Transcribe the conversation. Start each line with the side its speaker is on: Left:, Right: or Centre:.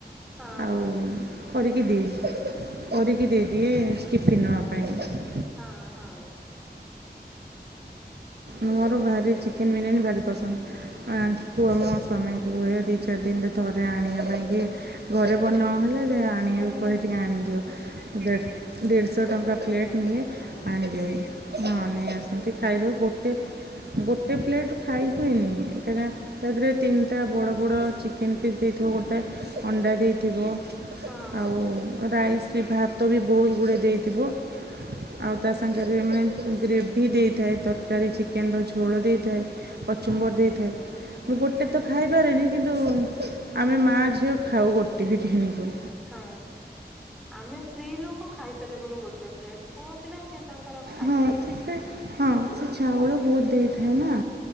Centre: ହଁ
Right: ଆଉ
Centre: ହଁ
Right: କରିକି ଦିଏ କରିକି ଦେଇଦିଏ ଟିଫିନ୍ ନବା ପାଇଁ।
Centre: ହଁ ହଁ। ଆଉ
Right: ମୋର ଭାରି ଚିକେନ ବିରିୟାନୀ ଭାରି ପସନ୍ଦ। ଆ କୁଅ ମୋ ସ୍ୱାମୀଙ୍କୁ ହୁଏ ଦୁଇ ଚାରି ଦିନରେ ଥରେ ଆଣିବା ପାଇଁକି ଘରେ ବନ ନହେଲେ ଆଣିଆକୁ
Centre: କିଣିକି
Right: କହେ ଟିକ ଆଣିଦିଅ ଦେଖ ଦେଢ଼ଶ
Centre: ନେଇ
Right: ଟଙ୍କା ପ୍ଲେଟ୍
Centre: ଆସନ୍ତି
Right: ନିଏ
Centre: ହଁ
Right: ଆଣିଦିଅନ୍ତି ହଁ ନେଇ ଆସନ୍ତି ଖାଇଦଉ ଗୋ ଟେ ଗୋଟେ ପ୍ଲେଟ୍ ଖାଇ ହୁଏନି ତବା ତା ଦେହରେ ତିନିଟା ବଡ଼ ବଡ଼ ଚିକେନ ପିସ୍ ଦେଇଥିବ ଗୋଟେ ଅଣ୍ଡା ଦେଇଥିବ।
Centre: ହଁ ହଁ
Right: ଆଉ ରାଇସ୍ ବି ଭାତ ବି ବହୁତ ଗୁଡ଼ିଏ ଦେଇଥିବ। ଆଉ ତା ସାଙ୍ଗରେ ମାନେ ଗ୍ରେଭି ଦେଇଥାଏ ତର କାରୀ ଚିକେନ୍ ର ଝୋଳ ଦେଇଥାଏ କଚୁମ୍ବର
Centre: ହଁ
Right: ଦେଇଥାଏ
Centre: ହଁ
Right: ମୁ ଗୋଟେ ତ ଖାଇପାରେନି କିନ୍ତୁ ଆ ଆମେ ମାଆ ଝିଅ ଖାଉ ଗୋଟି ହେଟି ହେନି କୁ।
Centre: ହଁ ଆମେ ସ୍ତ୍ରୀ ଲୋକ ଖାଇପାରିବୁନୁ ଗୋଟେ ପ୍ଲେଟ ପୁଅ ପିଲା ସିଏ ତାଙ୍କର ଖାଇଦେବେ।
Right: ହଁ ସେଟା ହଁ
Centre: ସେମାନେ
Right: ସେ ଚାଉଳ
Centre: ଖାଇବେ
Right: ବହୁତ ଦେଇଥାଏ ନା।